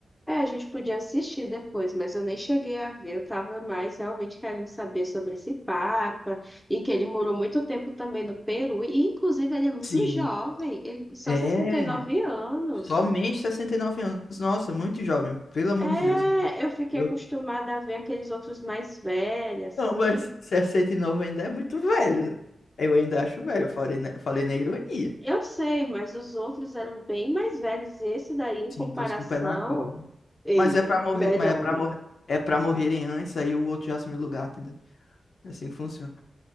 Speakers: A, in the centre; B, on the left.
A: É, a gente podia assistir depois, mas eu nem cheguei a ver. Eu tava mais realmente querendo saber sobre esse Papa e que ele morou muito tempo também no Peru. E, inclusive, ele é muito
B: Sim.
A: jovem, ele tem só
B: É.
A: sessenta e nove anos.
B: Somente 69 anos. Nossa, muito jovem. Pelo amor
A: É,
B: de Deus.
A: eu fiquei
B: Eu...
A: acostumada a ver aqueles outros mais velhos, assim.
B: Não, mas 69 ainda é muito velho. Eu ainda acho velho. Eu falei na, falei na ironia.
A: Eu sei, mas os outros eram bem mais velhos. Esse daí, em
B: Sim,
A: comparação.
B: todos com o pé na cova.
A: Ei,
B: Mas é pra morrer.
A: melhor.
B: Mas é pra morrer. É pra morrerem antes, aí o outro já assumiu o lugar, entendeu? É assim que funciona.